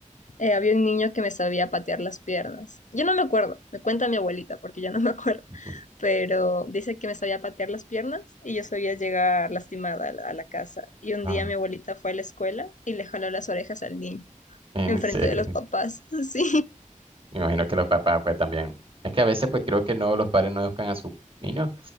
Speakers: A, on the left (about 70°); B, on the right (about 40°).
A: eh, había un niño que me sabía patear las piernas. Yo no me acuerdo, me cuenta mi abuelita porque yo no me acuerdo,
B: Ujú.
A: pero dice que me sabía patear las piernas y yo sabía llegar lastimada a la, a la casa. Y un
B: Ah,
A: día mi abuelita
B: <laughs>
A: fue a la escuela y le jaló las orejas al niño,
B: en
A: enfrente
B: serio.
A: de los papás. <laughs> Sí,
B: Me imagino que los papás pues también. Es que a veces pues creo que no los padres no educan a sus niños,